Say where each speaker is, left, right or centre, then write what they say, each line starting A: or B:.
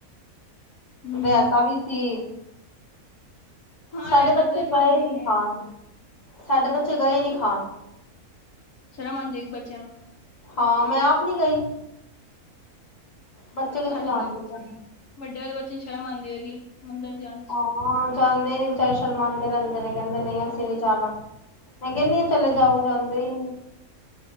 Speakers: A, on the left; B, on the left.
A: ਹੂੰ
B: ਰੈਤਾਂ ਵੀ ਸੀ।
A: ਹਾਂ
B: ਸਾਡੇ
A: ਰੈਤਾ
B: ਬੱਚੇ
A: ਤੇ ਪਾਂਦੇ
B: ਗਏ ਨੀ
A: ਈ ਨੇ
B: ਖਾਣ
A: ਲੋਕ।
B: ਸਾਡੇ ਬੱਚੇ ਗਏ ਨੀ ਖਾਣ
A: ਸ਼ਰਮ ਆਂਦੀ ਹੈਗੀ ਬੱਚੇਆਂ ਨੂੰ।
B: ਹਾਂ ਮੈਂ ਆਪ ਨੀ ਗਈ। ਬੱਚੇ ਕਿੱਥੇ
A: ਤੁਆਡੇ
B: ਜਾਣਗੇ
A: ਬੱਚੇ ਵੱਡੇ ਵਾਲੇ ਬੱਚੇ ਨੂੰ ਸ਼ਰਮ ਆਂਦੀ ਹੋਏਗੀ ਮੰਦਿਰ ਜਾਨ
B: ਹਾਂ ਜਾਂਦੇ ਨੀ ਵਿਚਾਰੇ ਸ਼ਰਮਾਂਦੇ ਰੈਂਦੇ ਨੇ ਕੈਂਦੇ ਨਈਂ ਅਸੀਂ ਨੀ ਜਾਨਾ। ਮੈਂ ਕੈਨੀ ਆਂ ਚਲੇ ਜਾਓ ਜਾਂਦੇ ਈ ਨੀ।